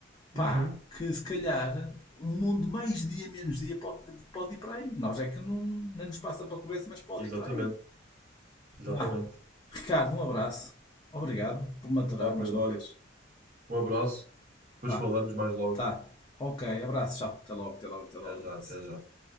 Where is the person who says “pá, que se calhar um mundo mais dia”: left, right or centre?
Left